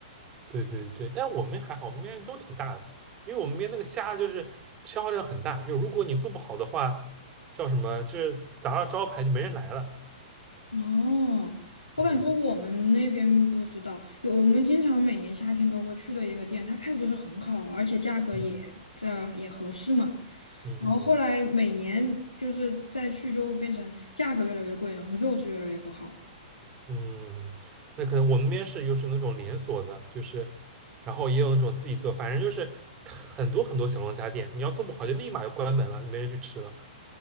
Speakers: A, on the right; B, on the left.
A: 对对对，但我们还好，我们面都挺大的，因为我们面那个虾就是消耗量很大，就如果你做不好的话，叫什么，就是砸了招牌就没人来了。
B: 哦，我感觉我们那边不知道，
A: 嗯
B: 有我们经常每年夏天都会去的一个店，它开的就是很好，而且价格也这也合适嘛。
A: 嗯嗯嗯
B: 然后后来每年就是再去就变成价格越来越贵，然后肉质越来越不好。
A: 嗯，那可能我们面试又是那种连锁的，就是，然后也有那种自己做，反正就是很多很多小龙虾店，你要做不好就立马就关门了，没人去吃了。